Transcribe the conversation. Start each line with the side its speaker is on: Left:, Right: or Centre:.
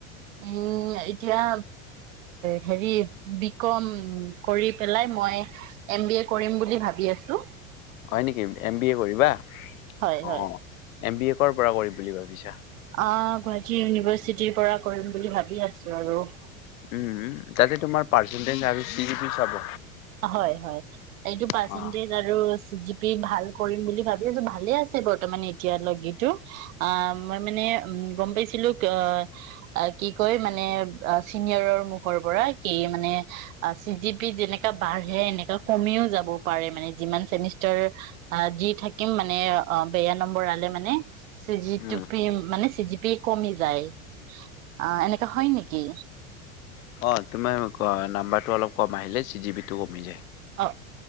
Right: উম, এতিয়া হেৰি বি কম কৰি পেলাই মই এম বি এ কৰিম বুলি ভাবি আছো।
Left: হয় নেকি এম বি এ কৰিবা
Right: হয় হয়।
Left: অ। এম বি এ পৰা কৰিম বুলি ভাবিছা?
Right: অ গুৱাহাটী ইউনিভাৰ্চিটিৰ পৰা কৰিম বুলি ভাবি আছো আৰু।
Left: উম তাতে তোমাৰ পাৰ্চেনটেজ পি জিপি চাব।
Right: হয় হয়, এইটো
Left: অ',
Right: পাৰ্চেণ্টেজ আৰু চি জি পি ভাল কৰিম বুলি ভাবি আছো ভালে আছে বৰ্তমান এতিয়ালৈকেতো। অ মই মানে, উম গম পাইছিলো অ কি কয় মানে চিনিয়ৰৰ মুখৰ পৰা কি মানে চি জি পি যে বাঢ়ে এনেকা কমিও যাব পাৰে মানে যিমান চেমিষ্টাৰ অ যি থাকিম মানে অ বেয়া নম্বৰ আলে মানে <unintelligible> চিজি
Left: উম,
Right: টোপিম মানে চিজি বি কমি যায় অ এনেকা হয় নেকি
Left: অঁ তোমাৰ নাম্বাৰটো অলপ কম আহিলে চি জি বিটো কমি যায়
Right: অ